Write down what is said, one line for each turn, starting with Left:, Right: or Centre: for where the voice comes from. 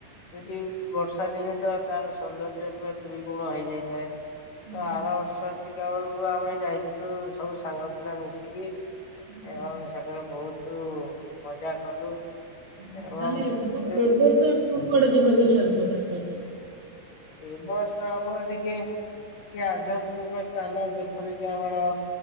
Left: ସେଠି ବର୍ଷା ଦିନେ ତ ତାର ସୌନ୍ଦର୍ଯ୍ୟ ପୁରା ଦୁଇ ଗୁଣ ହେଇଯାଇଥାଏ। ତ
Right: ହୁଁ,
Left: ଆର ବର୍ଷ ଏତିକା ବେଳକୁ ଆମେ ଯାଇଥିଲୁ ସବୁ ସାଙ୍ଗ ପିଲା ମିଶିକି
Right: ହୁଁ।
Left: ଏବଂ ସେଠାରେ ବହୁତ ମଜା କଲୁ।
Right: ଆଚ୍ଛା
Left: ଏବଂ
Right: ତାହେଲେ ଏ ବର୍
Left: ସେ
Right: ଏବର୍ଷ ଆପଣ କୁଆଡେ ଯିବାକୁ ଇଚ୍ଛା ପ୍ରକାଶ କରିଚନ୍ତି?
Left: ଏ ବର୍ଷ ଆମର ଟିକେ ଟିକେ ଆଧ୍ୟାତ୍ମିକ ସ୍ଥାନ ଯେପରିକି ଆମର